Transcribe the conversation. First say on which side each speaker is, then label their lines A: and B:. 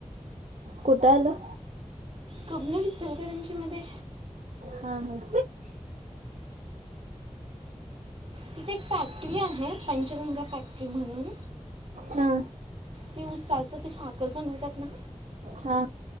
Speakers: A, on the right (about 75°); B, on the right (about 55°).
A: कुठं आलं
B: कबलं विसेल का त्यांच्या मध्ये
A: हा हा
B: तिथे एक फॅक्टरी आहे पंचगंगा फॅक्टरी म्हणून
A: हा
B: ते उत्साचं ते साखर बनवतात ना
A: हा